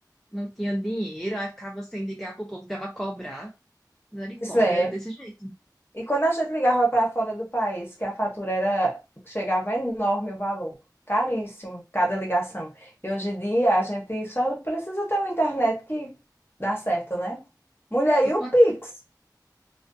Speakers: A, in the centre; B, on the left.
A: não tinha dinheiro, aí ficava sem ligar pro povo, ligava a cobrar. Misericórdia,
B: Pois é.
A: era desse jeito.
B: E quando a gente ligava para fora do país, que a fatura era, chegava enorme o valor, caríssimo cada ligação. E hoje em dia a gente só precisa ter uma internet que dá certo, né? Mulher,
A: E
B: e
A: quando
B: o Pix?